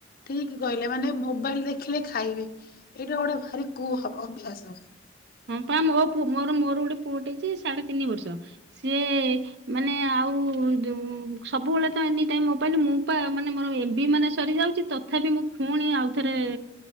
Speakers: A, on the left (about 50°); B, on the right (about 60°).
A: ଠିକ୍ କହିଲେ। ମାନେ ମୋବାଇଲ ଦେଖିଲେ ଖାଇବେ, ଏଇଟା ଗୋଟେ ଭାରି କୁ ହ ଅଭ୍ୟାସ।
B: ହଁ ପା ମୋ ପୁ ମୋର ମୋର ଗୋଟେ ପୁଅ ଯେ ସାଢେ ତିନି ବର୍ଷ, ସେ ମାନେ ଆଉ ଦୁ ସବୁବେଳେ ତ ଏନି ଟାଇମ୍ ମୋବାଇଲ ମୁଁ ପା ମାନେ ମୋର ଏମ୍ ବି ମାନେ ସରିଯାଉଚି ତଥାପି ମୁଁ ପୁଣି ଆଉଥରେ